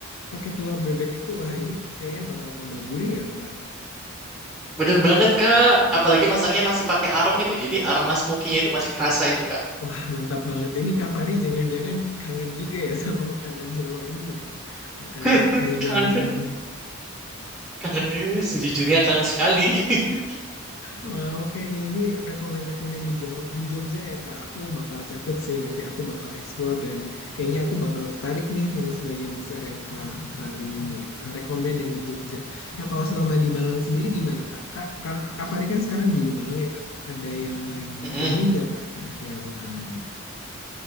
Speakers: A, on the left; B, in the centre.
A: pakai telur bebek itu, wah ini kayaknya bakal tambah gurih ya, Kak.
B: bener banget Kak. Apalagi masaknya masih pakai arang itu jadi aroma smokinya itu masih kerasa itu Kak.
A: Wah, mantap banget. Ini Kak Fari jangan-jangan kangen juga ya <laughs> sama makanan Jawa ini ya. Makanan
B: <laughs>
A: bakmi
B: Kangen
A: Jawa ini.
B: kangen eh, sejujurnya kangen sekali. <laughs>
A: Wah, oke nih, ini rekomend-rekomend di Jawa, di Jogja ya Kak. Aku bakal catet sih nanti aku bakal explore dan kayaknya aku bakal tertarik nih sama sebagian besar yang Kak Fari eh, rekomend yang di Jogja. Nah, kalau selama di Malang sendiri gimana Kak? Kak, Kak, Kak Fari kan sekarang di Malang ya Kak. Ada yang lagi
B: Mm-mm.
A: booming nggak Kak kira-kira makanannya?